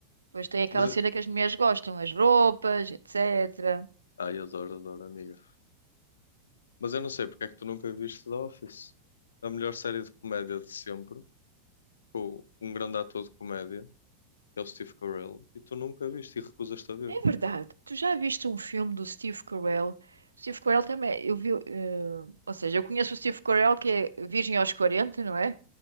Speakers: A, on the right (about 75°); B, on the left (about 70°).
A: Depois tem aquela
B: Mas, eu-
A: cena que as mulheres gostam, as roupas, etc.
B: ai, adoro, adoro, amiga. Mas eu não sei porque é que tu nunca viste The Office. A melhor série de comédia de sempre, com um grande ator de comédia. é o Steve Carell, e tu nunca viste e recusas-te a ver,
A: É verdade. Tu já viste um filme do Steve Carell? Steve Carell também, eu vi, eh, ou seja, eu conheço o Steve Carell que é virgem aos 40, não é?